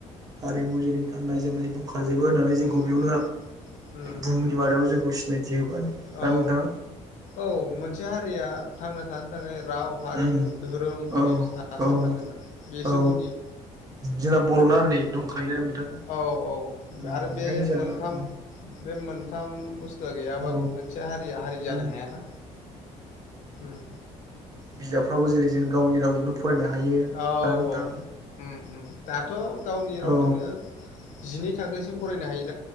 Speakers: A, on the right (about 30°); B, on the left (about 70°).
A: हारिमु जेरै गाननाय जोमनाय फाजोबो होननानै जोंखौ
B: उम उम
A: बेयावनो
B: उम
A: बुहुमनि बारायाव जोंखौ सिनाय थि होबाय
B: औ
A: ना नोंथां?
B: औ मोनसे हारिया थांना थानो थाखाय राव हारिमु
A: उम
B: धोरोम
A: औ
B: बे थाथारनांगोन
A: औ
B: ना बेसो
A: औ
B: गुदि
A: जोंना बर'ना नै दंखायोना नोंथां
B: औ औ
A: उम
B: आरो
A: बेखायनो
B: बे
A: जोंहा
B: मोनथाम बे मोनथाम बुस्थु गैयाबा
A: औ
B: मोनसे हारिया हारि जानो
A: उम
B: हायाना ओम
A: बिजाबफ्राबो जेरै जों गावनि रावजोंनो फरायनो हायो
B: औ
A: ना नोंथां
B: औ ओम ओम दाथ' गावनि रावजोंनो
A: औ
B: जिनै थाखोसिम फरायनो हायो।